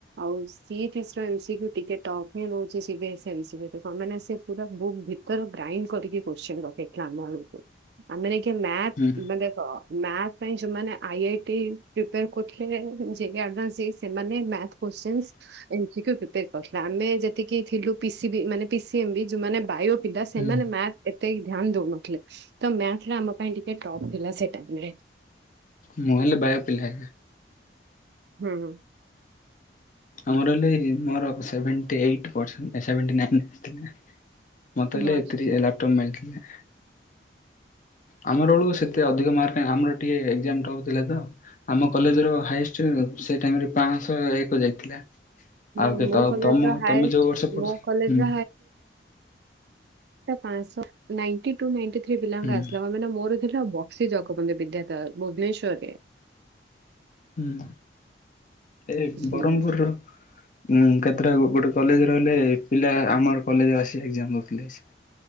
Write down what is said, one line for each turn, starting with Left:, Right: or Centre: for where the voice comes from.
Right: ଆଉ ସିଏ ଫ୍ରିଏସ ଏମସିକ୍ୟୁ ଟିକେ ଟଫ ହିଁ ରହୁଛି ସିବିଏସେ ଏମ୍ସିକ୍ୟୁ <unintelligible> ମାନେ ସ ସେ ପୁରା ବୁକ୍ ଭିତରେ ଗ୍ରାଇଣ୍ଡ କରିକି କୋଶ୍ଚିନ ପକେଇଥିଲା ଆମ ବଳକୁ। ଆମେ ଦେଖା ମ୍ୟାଥ
Left: ହୁଁ
Right: ମନେ କ? ମ୍ୟାଥ ପାଇଁ ଯୋଉମାନେ ଆଇ ଆଇଟି ପ୍ରିପେର କରୁଥିଲେ <unintelligible> ସେମାନେ ମ୍ୟାଥ କୋଶ୍ଚିନସ୍ ଏମସିକ୍ୟୁ ପ୍ରିପେର କରୁଥିଲୁ ଆମେ ଯେତିକି ଥିଲୁ ପି ସି ବି ମାନେ ପି ସି ତି ଏମମ୍ପି ଯୋଉମାନେ ବାୟୋ ପିଲା ସେମାନେ
Left: ହୁଁ
Right: ମ୍ୟାଥ ଏତେ କି ଧ୍ୟାନ ଦଉନଥିଲେ। ତ ମ୍ୟାଥ ଟା ଆମ ପାଇଁ ଟିକେ ଟପ୍ ଥିଲା ସେଇ ଟାଇମ୍ ରେ।
Left: ମୁଁ ହେଲେ ବାୟୋ ପିଲା।
Right: ହୁଁ ହୁଁ।
Left: ଆମର ହେଲେ ମୋର ସେଭେଣ୍ଟି ଏଇଟି ପର୍ସେଣ୍ଟ ଏ ସେଭେଣ୍ଟି ନାଇନ୍ ଆସିଥିଲା। ମତେ
Right: ହଁ
Left: ହେଲେ ଏତିରେ ଲାପଟପ୍ ମିଳିଥିଲା। ଆମର ବେଳକୁ ସେତେ ଅଧିକ ମାର୍କ କାଇଁ ଆମର ଟିକେ ଏକ୍ଜାମ ରହୁଥିଲା ତ? ଆମ କଲେଜ ର ହାଏଷ୍ଟ ସେ ଟାଇମରେ ପାଞ୍ଚଶହ ଏକ ଯାଇଥିଲା
Right: ନା
Left: ଆଉ କେ
Right: ମୋ
Left: ତ
Right: କଲେଜର
Left: ତମ
Right: ହାଏଷ୍ଟ
Left: ତମେ ଯୋଉ ବର୍ଷ ପଢୁଛ
Right: ମୋ
Left: ହୁଁ।
Right: କଲେଜର ଟା ପାଞ୍ଚସ ନାଇଣ୍ଟି ଟୁ ନାଇଣ୍ଟି ଥ୍ରୀ ପିଲା ବିିଲଙ୍ଗ
Left: ହୁଁ
Right: ଆସିଲ ହଁ ମାନେ ମୋର ଥିଲା ବକ୍ସି ଜଗବନ୍ଧୁ ବିଦ୍ୟାଧର ଭୁବନେଶ୍ଵର ରେ।
Left: ହୁଁ ଏ
Right: ହୁଁ
Left: ବରମପୁରୁର। ଉଁ କେତେଟା କୁ ଗୋଟେ କଲେଜ ରହିଲେ ପିଲା ଆମର କଲେଜ ଆସି ଏଜାମ୍ ଦେଉଥିଲେ ସିଏ।